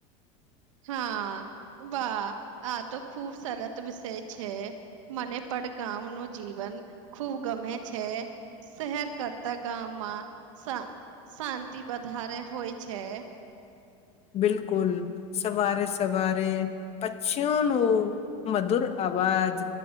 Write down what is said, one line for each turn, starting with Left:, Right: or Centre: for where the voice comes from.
Right: હા વાહ આ તો ખુબ સરત વિષય છે. મને પણ ગામ નુ જીવન ખૂબ ગમે છે. શહેર કરતા ગામમાં શા શાંતિ વધારે હોય છે.
Left: બિલકુલ સવારે સવારે પક્ષીયોનું મધુર અવાજ